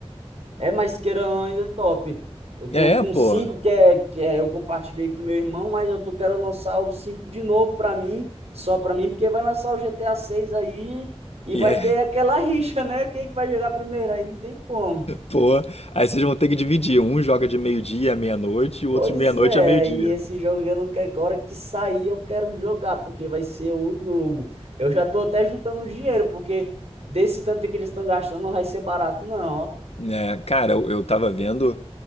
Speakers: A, on the right; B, on the left.
A: É, mais queira ainda é top. Eu tô
B: É,
A: com
B: pô.
A: cinco que é, que é, eu compartilhei com meu irmão, mas eu tô querendo lançar o 5 de novo pra mim, só pra mim, porque vai lançar o GTA 6 aí e
B: E
A: vai
B: é,
A: ter
B: <laughs>
A: aquela <laughs> rixa, né? Quem que vai jogar primeiro? Aí não tem como.
B: pô. Aí vocês vão ter que dividir. Um joga de meio-dia à meia-noite e o outro
A: Pois
B: de meia-noite
A: é,
B: a meio-dia.
A: e esse jogo eu não quero, agora que sair eu quero jogar, porque vai ser o jogo. Eu já tô até juntando dinheiro, porque desse tanto que eles estão gastando não vai ser barato, não, ó.
B: É, cara, eu, eu tava vendo